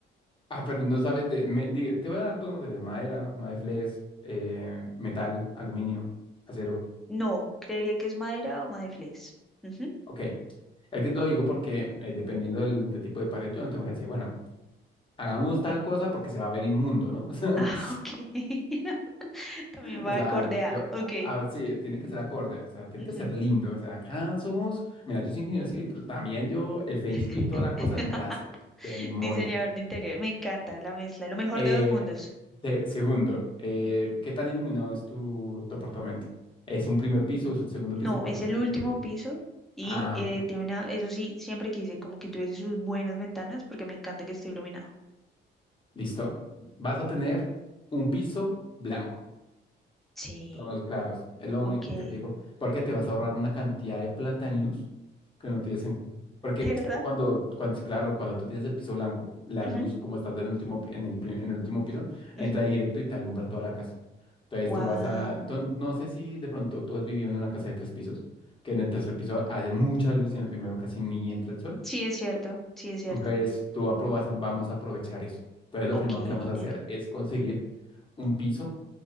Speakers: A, on the left; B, in the centre.
A: Ah, pero no sabes de... me- di- te voy a dar dos materiales, madera, madeflex, eh, metal, aluminio, acero.
B: No, creería que es madera o madeflex. Ujú.
A: Ok, es que lo digo porque eh, dependiendo del, del tipo de pared, yo no te voy a decir, bueno, hagamos tal cosa porque se va a ver inmundo, ¿no?
B: Ah,
A: <laughs>
B: ok. <laughs> También
A: O
B: va
A: sea,
B: acorde a.
A: yo,
B: Ok.
A: a, a- sí, tiene que ser acorde, o sea, tiene
B: Ujú.
A: que ser lindo. O sea, acá somos, mira, yo soy ingeniero civil, pero también yo, el Feng
B: <laughs>
A: Shui y toda la cosa, yo me la sé de memoria.
B: Diseñador de interior. Me encanta la mezcla. Lo mejor
A: Eh,
B: de dos mundos.
A: te- segundo, eh,
B: Ujú.
A: ¿qué tan iluminado es tu, tu apartamento? ¿Es un primer piso, es un segundo
B: No,
A: piso, cuarto
B: es el
A: piso,
B: último
A: quinto piso?
B: piso y
A: Ah,
B: eh,
A: bueno,
B: tiene una, eso sí, siempre quise como que tuviese sus buenas ventanas porque me encanta que esté iluminado.
A: listo. Vas a tener un piso blanco.
B: Sí,
A: Tonos claros. Es lo
B: ok.
A: único
B: ¿De
A: que te digo. Porque te vas a ahorrar una cantidad de plata en luz que no tiene sentido. Porque
B: verdad?
A: cuando, cuando, claro, cuando tú tienes el piso blanco, la
B: Ujú,
A: luz, como estás en el último, en el, pri- en el último piso,
B: ujú.
A: entra directo y te alumbra toda la casa. Entonces
B: Wow.
A: tú vas a, tú- no sé si de pronto tú has vivido en una casa de tres pisos, que en el tercer piso hace mucha luz y en el primero casi ni entra el sol.
B: Sí, es cierto, sí, es cierto.
A: Entonces tú
B: Ujú.
A: aprobas, vamos a aprovechar eso. Entonces lo
B: Ok,
A: primero que vamos
B: genial.
A: a hacer es conseguir un piso